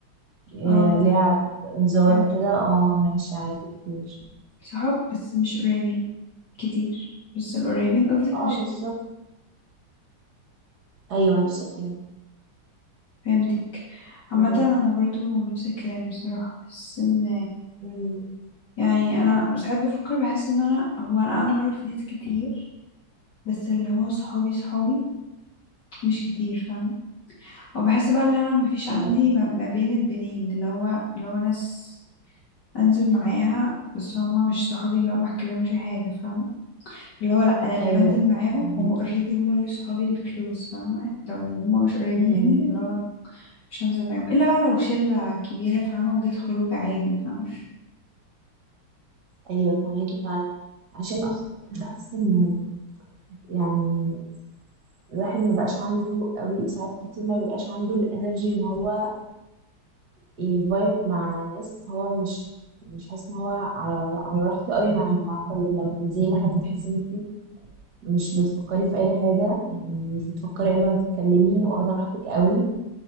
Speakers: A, on the right (about 50°); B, on the left (about 50°).
A: آه
B: اه
A: لعب هزار
B: فهمت
A: كده اه ماشي عادي كتير
B: صحاب بس مش قريبين كتير بس القريبين قصدك
A: اه
B: مش
A: بالظبط
B: كتير
A: ايوه بالظبط كده
B: فهمتك عامة
A: تمام
B: انا برضو نفس الكلام بصراحة بس ان
A: مم،
B: يعني انا ساعات بفكر بحس ان انا هو انا انا اعرف ناس كتير بس اللي هو صحابي صحابي مش كتير فاهمة وبحس بقى ان انا مفيش عندي
A: ايوه
B: ما ما بين البنين اللي هو اللي هو ناس انزل معاها بس هما مش صحابي اللي هو ما احكيلهمش حاجة فاهمة اللي هو لا انا اللي
A: ايوه
B: بنزل معاهم
A: فهماكي
B: هما اوريدي هما دول صحابي الكلوز فاهمة لو هما مش قريبين
A: مم،
B: مني اللي هو مش هنزل معاهم الا بقى لو شلة كبيرة فاهمة وجيت خروج عادي فاهمة
A: ايوه فهماكي فعلا عشان اصلا بحس انه يعني الواحد ما بقاش عنده قوي ساعات كتير ما بيبقاش عنده الانرجي ان هو يفايب مع ناس هو مش مش حاسس ان هو على على راحته قوي معاهم عارفه لما تنزلي مع حد تحسي ان انت مش بتفكري في اي حاجه يعني مش بتفكري قبل ما تتكلمي واخده راحتك قوي